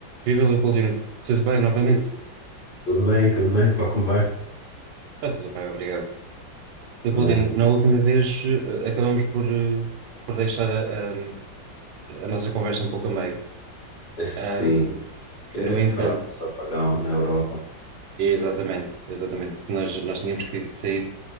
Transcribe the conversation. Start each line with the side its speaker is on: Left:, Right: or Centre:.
Right: Viva Leopoldino, tudo bem novamente?
Left: Ei, Tudo bem, tudo bem, pá, como vai?
Right: Está tudo bem, obrigado. Leopoldino,
Left: Não é?
Right: na última vez eh, acabamos por, eh, por deixar a, a- a nossa conversa um pouco a meio.
Left: Assim,
Right: Ahm,
Left: quer
Right: no entanto,
Left: falar com o apagão na Europa.
Right: é exatamente, exatamente, nós, nós tínhamos que, que sair,